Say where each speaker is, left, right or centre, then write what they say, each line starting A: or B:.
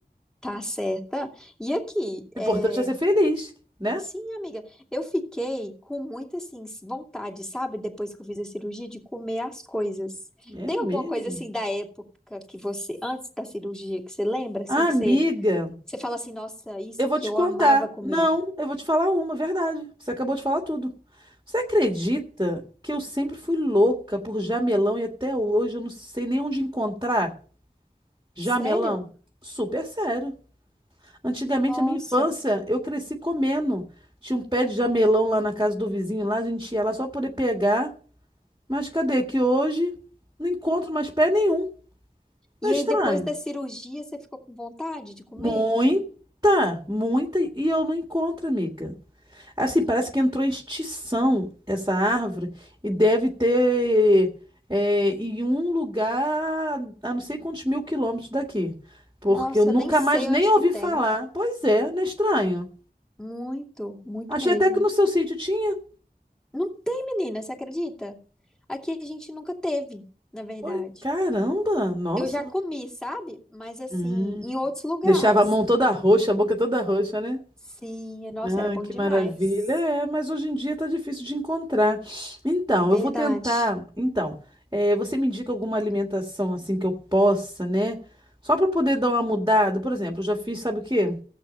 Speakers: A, in the centre; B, on the right.
A: Tá certa. E aqui,
B: O
A: é,
B: importante é ser feliz, né?
A: sim, amiga, eu fiquei com muita, assim, vontade, sabe? Depois que eu fiz a cirurgia, de comer as coisas.
B: É
A: Tem
B: mesmo.
A: alguma coisa, assim, da época que você, antes da cirurgia, que você lembra, assim,
B: Amiga,
A: que você, você fala assim, nossa, isso
B: eu vou
A: que
B: te
A: eu
B: contar.
A: amava comer.
B: Não, eu vou te falar uma, verdade. Você acabou de falar tudo. Você acredita que eu sempre fui louca por jamelão e até hoje eu não sei nem onde encontrar jamelão?
A: Sério?
B: Super sério. Antigamente,
A: Nossa.
B: a minha infância, eu cresci comendo. Tinha um pé de jamelão lá na casa do vizinho, lá a gente ia lá só poder pegar. Mas cadê? Que hoje não encontro mais pé nenhum. Não
A: E
B: é estranho?
A: aí, depois da cirurgia, você ficou com vontade de comer?
B: Muita, muita, e eu não encontro, amiga. Assim, parece que entrou em extinção essa árvore e deve ter é, em um lugar a não sei quantos mil quilômetros daqui. Porque
A: Nossa,
B: eu nunca
A: eu nem sei
B: mais nem
A: onde
B: ouvi
A: que tem.
B: falar. Pois é, não é estranho?
A: Muito, muito
B: Achei
A: mesmo.
B: até que no seu sítio tinha.
A: Não tem, menina, você acredita? Aqui a gente nunca teve, na verdade.
B: Oi, caramba, nossa.
A: Eu já
B: ma-
A: comi, sabe? Mas assim,
B: Hum.
A: em outros lugares.
B: Deixava a mão toda roxa, a boca toda roxa, né?
A: Sim, nossa,
B: Ah,
A: era bom
B: que
A: demais.
B: maravilha. É, mas hoje em dia tá difícil de encontrar. Então,
A: Verdade.
B: eu vou tentar. Então, é, você me indica alguma alimentação assim que eu possa, né? Só para poder dar uma mudada. Por exemplo, eu já fiz, sabe o quê?